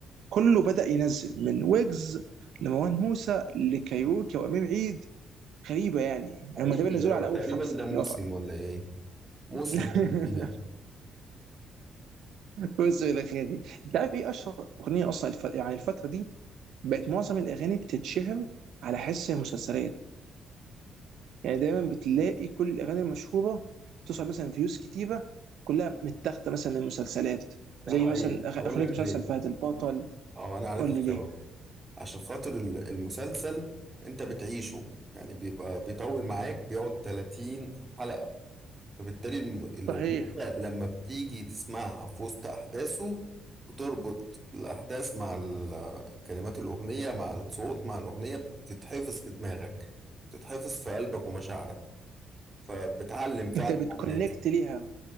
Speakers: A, on the right (about 75°); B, on the right (about 30°).
A: كله بدا ينزل من ويجز لمروان موسى لكايروكي وامير عيد غريبه يعني
B: حقيقي
A: هم تقريبا نزلوا
B: اه
A: على
B: تقريبا
A: اول خمسه
B: ده موسم
A: اللي وافق
B: ولا ايه؟ موسم
A: <laughs>
B: بتاع فيه ده
A: بص الى خيري انت عارف ايه اشهر اغنيه اصلا الف... يعني الفتره دي بقت معظم الاغاني بتتشهر على حس المسلسلات يعني دايما بتلاقي كل الاغاني المشهوره بتوصل مثلا فيوز كتيره كلها متاخده مثلا من مسلسلات
B: ده
A: زي
B: حقيقي
A: مثلا أغ-
B: هقول
A: اغنيه
B: لك
A: مسلسل
B: ليه
A: فهد البطل
B: اه انا عارف
A: قول
B: السبب
A: لي ليه
B: عشان خاطر ال- المسلسل انت بتعيشه يعني بيبقى بيطول معاك بيقعد 30 حلقة فبالتالي الم- الأغنية
A: صحيح
B: لما بتيجي تسمعها في وسط أحداثه بتربط الأحداث مع ال- كلمات الأغنية مع الصوت مع الأغنية بتتحفظ في دماغك بتتحفظ في قلبك ومشاعرك فبتعلم فعلا
A: انت بتكونكت
B: مع الناس
A: ليها